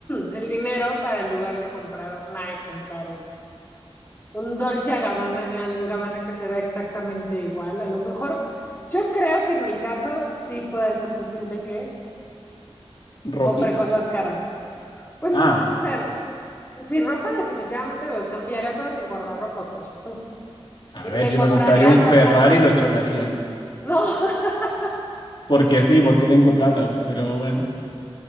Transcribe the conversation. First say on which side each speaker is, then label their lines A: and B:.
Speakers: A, on the left (about 20°); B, on the left (about 50°).
A: el dinero para en lugar de comprar un Nike, comprar un, un Dolce and Gabbana, and Gabbana que se vea exactamente igual. A lo mejor, yo creo que en mi caso sí puede ser posible que
B: ¿Ropita?
A: compre cosas caras. Pues,
B: Ah,
A: o sea, si ropa definitivamente me cambiaría toda mi guardarropa, por supuesto.
B: a
A: Y
B: ver,
A: le
B: yo
A: compraría
B: me compraría un
A: ropa.
B: Ferrari y lo chocaría.
A: No, <laughs>
B: Porque sí, porque tengo plata, pero bueno.